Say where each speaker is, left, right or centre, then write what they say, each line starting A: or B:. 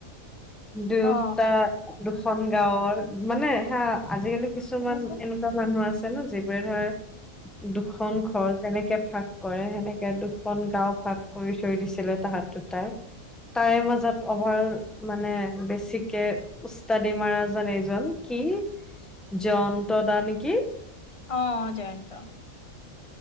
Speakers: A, in the centre; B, on the left.
A: দুয়োটা
B: অ
A: দুখন গাঁৱৰ, মানে হা? আজিকালি কিছুমান
B: সুধাচোন
A: এনেকুৱা মানুহ আছে। জানো যি বোৱে ধৱে দুখন ঘৰ যেনেকে, ভাগ কৰে হেনেকে দুখন গাও ভাগ কৰি থৈ দিছিলে তাহাঁত দুটাই তাৱে মাজত- অভাৰ বেছিকে উস্তাদি মাৰাজন এইজন কি, জন্ত্ৰ দা নেকি।
B: অ', জয়ন্ত।